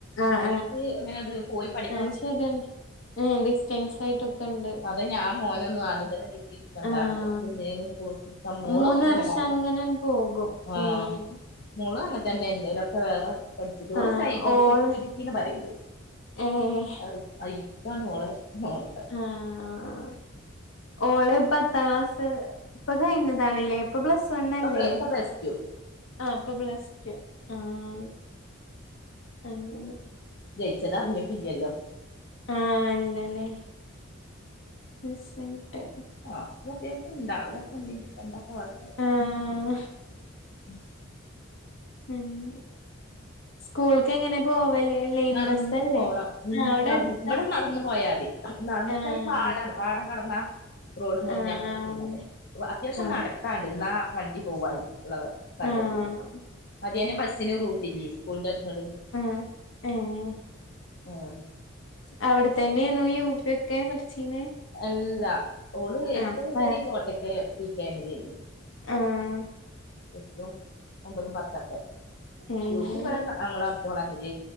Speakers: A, on the left; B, on the left.
A: ആഹ്
B: ഡിഗ്രിക്ക് അങ്ങനെ അത് പോയി പഠി
A: ആഹ് ശരിയാണ് ഡിസ്റ്റൻസ് ആയിട്ടൊക്കെ ഇണ്ട്
B: അതെ ഞാൻ മോനൊന്നും ആദ്യം തന്നെ ഡിഗ്രി എടുക്കണ്ടാന്ന്
A: ആഹ്
B: വിചാരിച്ചു ആദ്യം ഏതേലും കോഴ്സ് ആഹ് മോളും
A: മൂന്ന്
B: അങ്ങനെ തന്നെ
A: വർഷം
B: പറഞ്ഞെ
A: അങ്ങനെ പോകും
B: ആഹ്
A: ഉം
B: മോളും അങ്ങനെ തന്നെ ന്തേലും ഒക്കെ വേറെ പഠിച്ചിട്ട് ഓള്
A: ആഹ്
B: സൈബർ
A: ഓള്
B: സെക്യൂരിറ്റി റ്റിന്ന് പറയണ്ട്,
A: ഏഹ്
B: അ അയിപ്പാണ് ഓളെ നോട്ടം
A: ആഹ് ഓള് പത്താം ക്ലാസ് ഇപ്പൊ കഴിഞ്ഞതാണല്ലേ ഇപ്പൊ പ്ലസ് വൺ
B: ഇപ്പൊ
A: അല്ലേ
B: പ്ല ഇപ്പൊ പ്ലസ് ടു
A: ആഹ് ഇപ്പൊ പ്ലസ് ടൂ ആഹ് അങ്ങനെ
B: ജയിച്ചത് അറിഞ്ഞിട്ടില്ലല്ലോ
A: ആഹ് ഇല്ലല്ലേ റിസൾട്ട്
B: ആഹ് ഇപ്പൊ അത്യാവശ്യം ഇണ്ടവലെക്കെ ഇണ്ടെയ്ന്ന് ഇഞ്പ്പെന്താ..
A: ആഹ്
B: <inaudible>
A: <inaudible> സ്കൂൾക്ക് എങ്ങനെ പോവല് ലൈൻ
B: നടന്നു
A: ബസ്സല്ലേ
B: പോണം ഇന്ന്
A: ആഹ് അവിടെ
B: ഞാൻ നടന്ന്
A: അടുത്താ
B: ഇവിടുന്ന് നടന്ന് പോയാതി നടന്നെന്ന്
A: ആഹ്
B: വെച്ചാൽ ഈ പാടാണ്, പാടം കടന്നാൽ റോഡ് മുറിഞ്ഞ്നടന്നിട്ട്
A: ആഹ്
B: പിന്നങ്ങട് അത്യാവശ്യം
A: ആഹ്
B: നട ക്കാനുണ്ട് എന്നാൽ വണ്ടി പോവാൻ ഉള്ള സ്ഥലമില്ല്യേനും
A: ആഹ്
B: അതിയന്നെ ബസ്സിന് റൂട്ടില്ലേ സ്കൂളിന്റെ അടുത്തൂന്ന് ഇങ്ങോട്ട്
A: ഉം
B: ആഹ്
A: അവിടെത്തന്നെയാണോ യു പി ഒക്കെ പഠിച്ചീനെ
B: അല്ലാ ഓള് എട്ട്
A: ആഹ്
B: മുതല്
A: വേറെ
B: കോട്ടയ്ക്കൽ പി കെ എം ലാരുന്ന്
A: ആഹ്
B: എട്ടും ഒമ്പതും പത്തൊക്കെ
A: ഏഹ്
B: യു പി ഇവിടെ ഞങ്ങളടുത്ത് വളാഞ്ചേരി